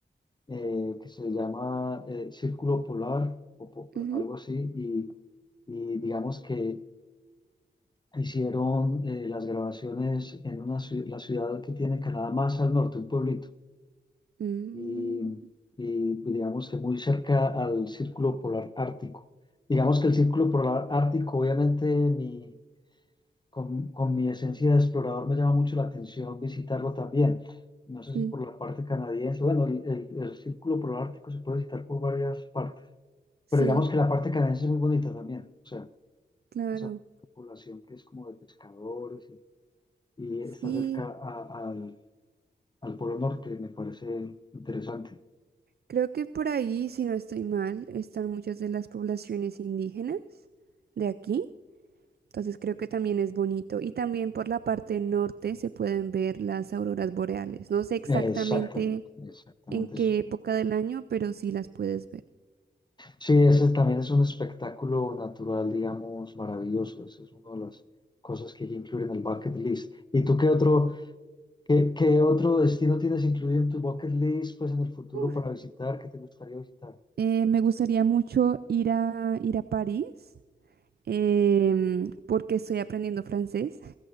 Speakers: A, on the left; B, on the right.
A: eh, que se llama eh, Círculo Polar o po-
B: Ujú.
A: algo así y, y digamos que hicieron eh, las grabaciones en una ciu- la ciudad que tiene Canadá más al norte, un pueblito,
B: Mm,
A: y, y digamos que muy cerca al Círculo Polar Ártico. Digamos que el Círculo Polar Ártico, obviamente, mi con, con mi esencia de explorador me llama mucho la atención visitarlo también. No sé
B: sí,
A: si por la parte canadiense, bueno, el, el- el Círculo Polar Ártico se puede visitar por varias partes,
B: sí,
A: pero digamos que la parte canadiense es muy bonita también, o sea,
B: claro.
A: esa población que es como de pescadores y, y está
B: Sí.
A: cerca a- al, al Polo Norte, me parece interesante.
B: Creo que por ahí, si no estoy mal, están muchas de las poblaciones indígenas de aquí. Entonces creo que también es bonito. Y también por la parte norte se pueden ver las auroras boreales. No sé exactamente
A: Exactamente, exactamente.
B: en qué
A: eso. es
B: época del año, pero sí las puedes ver.
A: Sí, ese también es un espectáculo natural, digamos, maravilloso. Esa es una de las cosas que hay que incluir en el bucket list. ¿Y tú qué otro, qué, qué otro destino tienes incluido en tu bucket list, pues en el futuro
B: Uf.
A: para visitar, que te gustaría visitar?
B: Eh, me gustaría mucho ir a, ir a París em, porque estoy aprendiendo francés